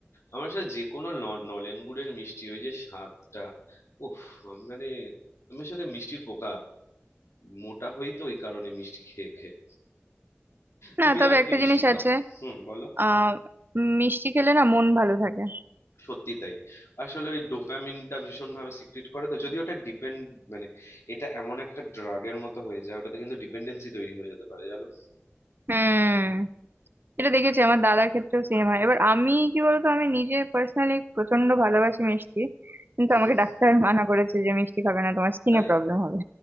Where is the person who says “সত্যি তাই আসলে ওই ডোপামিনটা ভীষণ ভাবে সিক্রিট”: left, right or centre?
Left